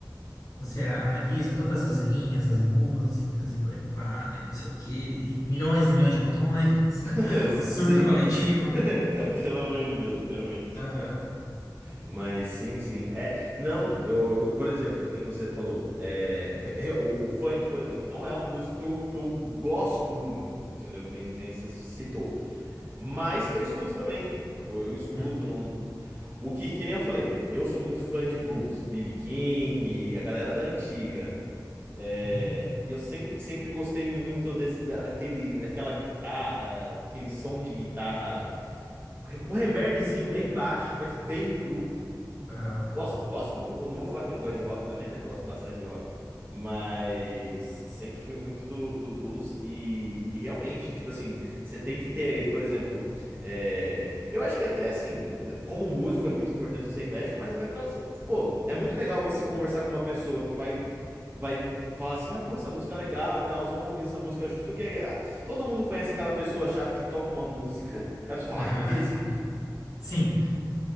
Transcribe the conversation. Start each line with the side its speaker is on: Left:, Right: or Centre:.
Left: você analisa todas as linhas das músicas e por aí vai, não sei o quê, e milhões e milhões de botões, <laughs>
Right: <laughs>
Left: o
Right: Simples.
Left: surto coletivo.
Right: <laughs> Pelo amor de Deus, realmente.
Left: Aham,
Right: Mas sim, sim. É, não, eu, eu, por exemplo, que nem você falou, é, re- re- o, o funk, por exemplo, não é uma música que eu, que eu gosto muito, entendeu? Que nem, que nem você citou. Mas eu escuto também. Eu, eu escuto,
Left: uhum,
Right: não. O que, que nem eu falei, eu sou muito fã de blues, B.B. King, a galera da antiga. É,
Left: uhum,
Right: e eu sempre, sempre gostei muito desse, da- daquele, daquela guitarra, aquele som de guitarra com reverbzinho bem baixo, mas bem cru.
Left: aham,
Right: Gosto, gosto, eu não vou falar que eu não gosto de rock também, né? Eu gosto bastante de rock, mas sempre fui muito do, do blues e, e realmente, tipo assim, você tem que ter, por exemplo, é, eu acho que até assim, como músico é muito importante você ser eclético, mas até pra você, pô, é muito legal você conversar com uma pessoa que vai, vai falar assim, ah, putz, essa música é legal e tal, vamos ouvir essa música, justo que ah, todo mundo conhece aquela pessoa chata que toca uma música, aí a pessoa fala,
Left: aham.
Right: ah, tira esse lixo.
Left: Sim,